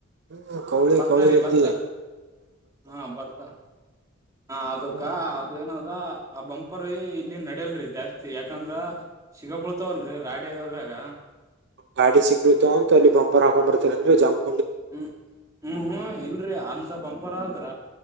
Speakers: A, on the right; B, on the right.
A: ಹ್ಮ ಕೌಳಿ
B: ಭತ್ತ
A: ಕೌಳಿ
B: ರೀ
A: ಇದ್ದ
B: ಭತ್ತ ಹಾ ಭತ್ತ ಹ ಅದಕ್ಕ
A: ಹ್ಮ್
B: ಅದು ಏನದ ಆ ಬಂಪರ್ ಇಲ್ಲಿ ನಡೆಯಲ್ರಿ ಜಾಸ್ತಿ ಯಾಕಂದ್ರ ಸಿಗ ಬಳ್ತಾವಲ್ರರಿ ರಾಡಿಿಯಗಾದ್ರಾಗ
A: ಗಾಡಿ ಸಿಗ್ ಬಿಡ್ತವ ಅಂತ ಅಲ್ಲಿ ಬಂಪರ್ ಹಕೊಂಡ್ಂಬರ್ತಾರೆ ಅಂದ್ರೆ ಜಂಪ್
B: ಹ್ಮ್ ಹ್ಮ್ ಹ್ಮ್ ಇಲ್ರಿ ಅಂತ ಬಂಪರ್ ಆದ್ರ